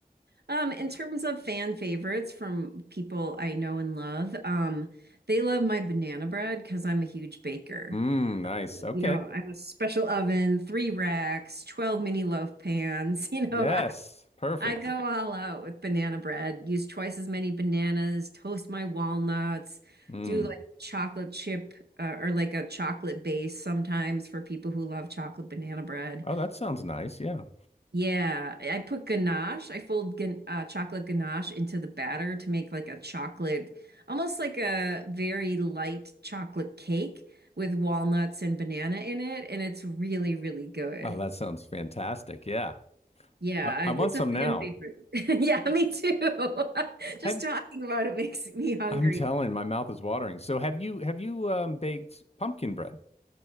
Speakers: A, on the right; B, on the left.
A: Um, in terms of fan favorites from people I know and love, um, they love my banana bread because I'm a huge baker.
B: Mm, nice. Okay.
A: You know, I have a special oven, three racks, 12 mini loaf pans. <laughs> You know,
B: Yes.
A: I,
B: Perfect.
A: I go all out with banana bread, use twice as many bananas, toast my walnuts,
B: Mm.
A: do like chocolate chip uh, or like a chocolate base sometimes for people who love chocolate banana bread.
B: Oh, that sounds nice. Yeah.
A: Yeah, I put ganache. I fold gan uh, chocolate ganache into the batter to make like a chocolate, almost like a very light chocolate cake with walnuts and banana in it, and it's really, really good.
B: Oh, that sounds fantastic. Yeah.
A: Yeah,
B: I,
A: I,
B: I want
A: it's
B: some
A: a fan
B: now.
A: favorite. <laughs> Yeah, me too. <laughs> Just
B: Have
A: talking about it makes me hungry.
B: I'm telling, my mouth is watering. So have you have you um, baked pumpkin bread?